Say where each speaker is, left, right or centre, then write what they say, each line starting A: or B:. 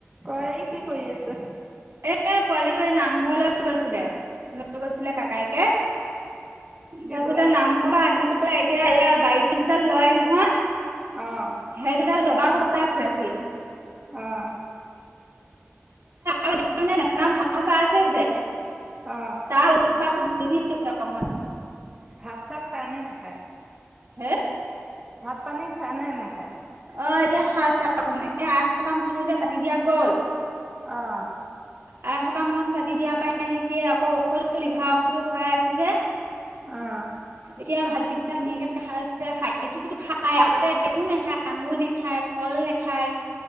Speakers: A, on the right; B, on the right.
A: ত কি কৰি আছে?
B: এ পোৱালি এই নামঘৰলৈ গৈছিলে লৈ গৈছিলে ককায়েকে
A: কি
B: তাৰপিছতে
A: বোলে
B: নামঘৰ পৰা আহি পেলাই এতিয়া এয়া বাৰী দুডাল লয় নহয়।
A: অঁ
B: হেই দুডাল জবা কবাই খুৱাইছি
A: অহঁ
B: ভাল আছে যে
A: অঁ
B: তাৰ উপ <unintelligible> <unintelligible>
A: ভাত চাত খাই নে নেখায়
B: হে
A: ভাত পানী খায় নে নাখায়।
B: অ এতিয়া খাইছে অকমান এতিয়া আই সকাম কনো যে পাতি দিয়া গ'ল।
A: অহ
B: আই সকাম খন পাতি দিয়া পাই নেকি আকৌ ঔষধ লিভাৰ ঔষধো খুৱাই আছো যে
A: অহ
B: এতিয়া ভাতকেইটা ধুনীয়াকে খাইছে খ সটো খাই আগাতে একো নেখায়। আঙুৰ নেখায় কল নেখায়।